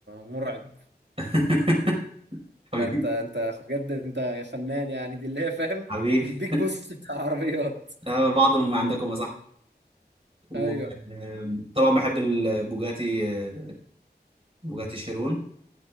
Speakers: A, on the right (about 80°); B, on the right (about 35°).
A: مرعب
B: <laughs> حبيبي
A: ده انت انت بجد انت يا فنان يعني دي اللي هي فاهم
B: حبيبي
A: البيج بوس <laughs> بتاع العربيات
B: آه، بعض من عندكم يا صاحبي وطبعا
A: ايوه
B: بحب البوجاتي آه، بوجاتي شيرون